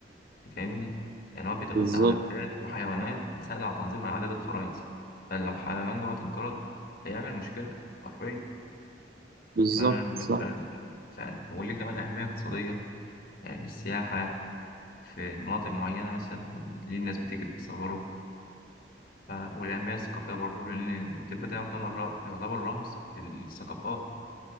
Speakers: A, on the left; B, on the right.
A: أنت فاهمني يعني هو بيتغذى
B: بالظبط
A: على نباتات وحيوانات بتساعد على تنظيم عدد الفرائس فلو الحيوان دوت انقرض هيعمل مشكلة حرفيا
B: بالظبط
A: ف... ف...
B: صح
A: ف... وليه كمان أهمية اقتصادية يعني السياحة في مناطق معينة مثلا ليه الناس بتيجي تصوره ف- والأهمية الثقافية برضو لأن الدب ده يعتبر ر- يعتبر رمز للثقافات